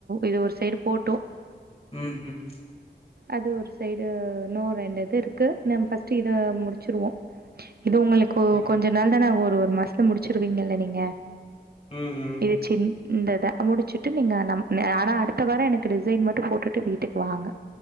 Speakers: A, on the right; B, on the left.
A: இது ஒரு சைடு போட்டு
B: ம் ஹ்ம்
A: அது ஒரு சைடு இன்னொ ரெண்டு இது இருக்கு நம்ப ஃபஸ்ட்டு இத முடிச்சுருவோ இது உங்களுக்கு
B: ம்,
A: கொஞ்ச நாள் தானே ஆகு ஒரு ஒரு மாசத்துல முடிச்சிருவீங்கல்ல நீங்க
B: ம் ம்
A: இது சின் இந்தத முடிச்சுட்டு நீங்க நம் ஆனா அடுத்த வார எனக்கு டிசைன் மட்டு போட்டுட்டு வீட்டுக்கு வாங்க